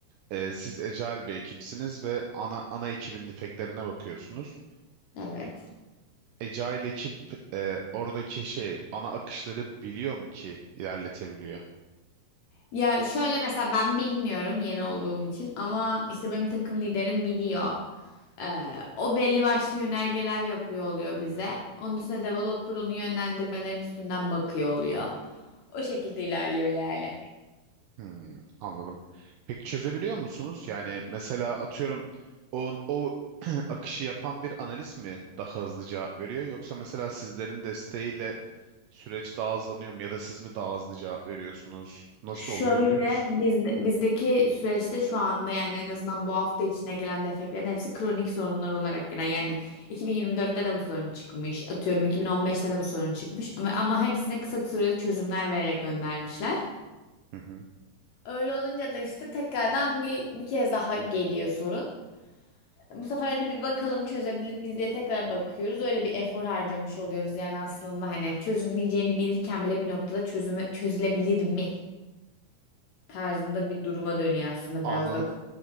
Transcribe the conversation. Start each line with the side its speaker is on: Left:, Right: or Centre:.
Right: e, siz Agile bir ekipsiniz ve ana ana ekibin defektlerine bakıyorsunuz.
Left: Evet.
Right: Agile ekip e, oradaki şey ana akışları biliyor mu ki ilerletebiliyor?
Left: Ya şöyle mesela ben bilmiyorum yeni olduğum için ama işte benim takım liderim biliyor. Ee, o belli başlı yönergeler yapıyor oluyor bize. Onun üstüne developer onun yönlendirmelerin üstünden bakıyor oluyor. O şekilde ilerliyor yani.
Right: Hmm, anladım. Peki çözebiliyor musunuz? Yani mesela atıyorum o, o <clears throat> akışı yapan bir analist mi daha hızlı cevap veriyor? Yoksa mesela sizlerin desteğiyle Süreç daha hızlanıyor mu ya da siz mi daha hızlı cevap veriyorsunuz? Nasıl
Left: Şöyle
Right: oluyor biliyor musun?
Left: biz, bizdeki süreçte şu anda yani en azından bu hafta içinde gelen defeklerin hepsi kronik sorunlar olarak gelen. Yani 2024'te de bu sorun çıkmış. Atıyorum 2015'te de bu sorun çıkmış. Ama, ama hepsine kısa süreli çözümler vererek göndermişler.
Right: Hı hı.
Left: Öyle olunca da işte tekrardan bir, bir kez daha geliyor sorun. Bu sefer hani bir bakalım çözebilir miyiz diye tekrar bakıyoruz. Öyle bir efor harcamış oluyoruz yani aslında hani çözülmeyeceğini bilirken bile bir noktada çözüme, çözülebilir mi tarzında bir duruma dönüyor aslında
Right: Anladım.
Left: biraz da